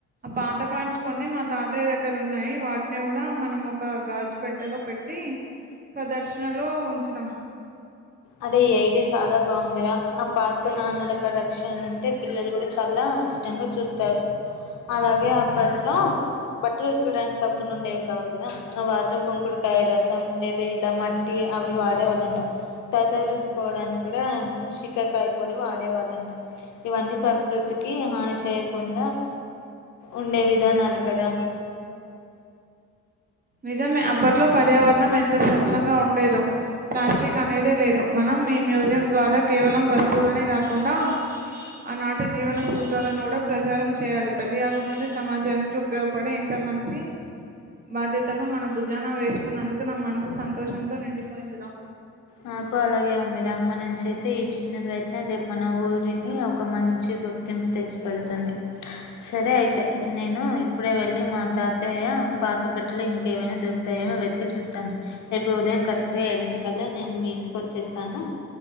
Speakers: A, on the right; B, on the left.
A: పాత కాయిన్స్ కొన్ని మా తాతయ్య దగ్గర ఉన్నాయి. వాటిని కూడా మనం ఒక గాజు పెట్టలో పెట్టి ట్టి ప్రదర్శనలో ఉంచుదాం
B: అదే ఈ ఐడియా చాలా బాగుందిరా ఆ పాత నాన్నల కరక్షన్ ఉంటే పిల్లలు కూడా చాలా ఇష్ట ఇష్టంగా చూస్తారు. అలాగే అప్పట్లో బట్టలు ఉతుకడానికి సబ్బులు ఉండేవి కావు కదా వాళ్ళు కుంకుడుకాయ రసం లేదా ఇలా మట్టి ట్టి అవి వాడే వాళ్ళంట తల రుద్దుకోవడానికి కూడా షిక్కకాయ పొడి వాడే వాళ్ళంట ఇవన్నీ ప్రకృతికి హాని చేయకుండా ఉండే విధానాలు కదా
A: నిజమే అప్పట్లో పర్యావరణం ఎంత స్వచ్ఛంగా ఉండేదో ప్లాస్టిక్ అనేదే లేదు మనం ఈ మ్యూజియం ద్వారా కేవలం వస్తువులనే కాకుండా ఆనాటి జీవన సూత్రాలను కూడా ప్రచారం చేయాలి పెళ్లియాకముందే సమాజానికి ఉ ఉపయోగపడే ఇంత మంచి బాధ్యత తను మన భుజాన వేసుకున్నందుకు నా మనసు సంతోషంతో నిండిపోయిందిరా
B: నాకు అలాగే ఉందిరా మనం చేసే ఈ చిన్న ప్రయత్నం రేపు మన ఊరిని ఒక మంచి గుర్ గుర్తింపు తెచ్చిపేడుతుంది సరే అయితే నేను ఇప్పుడే వెళ్ళి మా తాతయ్య పాత పెట్టలో ఇంకేమైనా దొరు తయో ఏమో వెతికి చూస్తాను రేపు ఉదయం కరెక్ట్ గా ఎడింటి కాళ్ళ నేను మీ ఇంటికి వచ్చేస్తాను